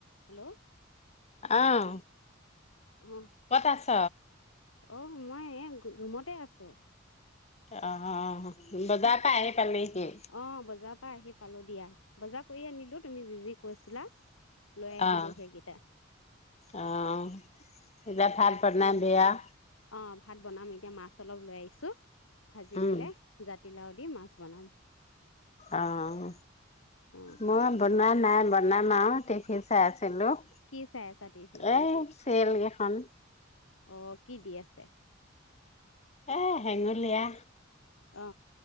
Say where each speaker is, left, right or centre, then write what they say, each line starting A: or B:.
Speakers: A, on the left; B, on the left.
A: Hello!
B: অঁ
A: অ
B: ক'ত আছ?
A: অ মই এই ৰুমতে আছো
B: অ অ, বজাৰ পা আহি পালেহি
A: অ বজাৰৰ পৰা আহি পালো দিয়া বজাৰ কৰি আনিলোঁ তুমি যি যি কৈছিলা। লৈ আহিলো
B: আহ,
A: সেইকেইটা
B: আহ, এতিয়া ভাত
A: গাজ
B: বনাবী
A: টেঙা
B: আও
A: অ ভাত বনাম এতিয়া মাছ অলপ লৈ আহিছোঁ। ভাজি
B: উম
A: পেলাই জাতিলাউ দি মাছ বনাম।
B: আহ
A: অ
B: মই বনা নাই বনাম আৰু টিভি চাই আছোঁ। হেল্ল'
A: কি চাই আছা টিভিত
B: এ ছিৰিয়েল কেইখন।
A: অ কি দি আছে?
B: এ হেঙুলীয়া
A: অ